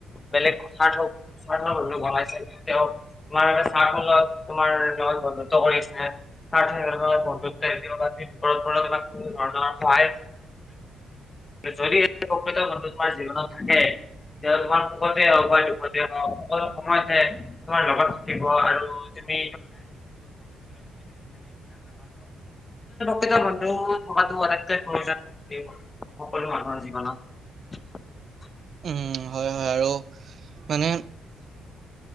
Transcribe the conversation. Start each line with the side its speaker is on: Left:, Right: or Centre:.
Left: বেলেগ কথ হওকাই সতেও <inaudible> তোমাৰ এ চত তোমাৰ লগত বন্ধুত্ব কৰিছে চ বন্ধুত্ব <inaudible> কোনো ধৰণৰ সহায় ন যদি <inaudible> তোমাৰ জীৱনত থাকে তোমাৰ সখতে হওক বা দুখতে হওক সকলো সময়তে তোমাৰ লগত থাকিব আৰু তুমি <inaudible> <inaudible> সকলো মানুহৰ জীবনত।
Right: উম হয় হয় আৰু মানে